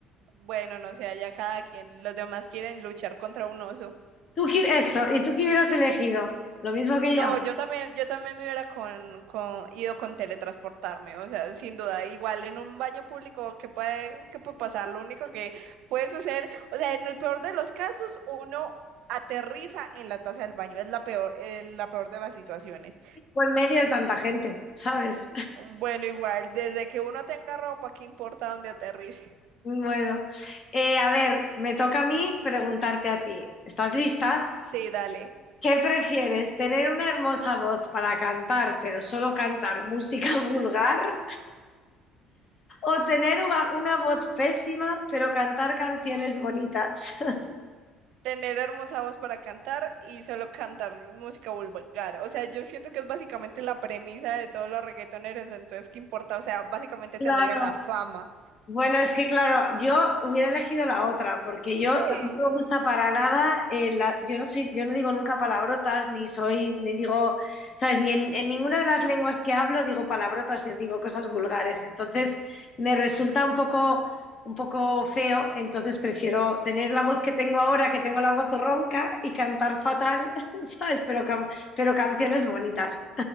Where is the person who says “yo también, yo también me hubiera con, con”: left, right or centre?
Right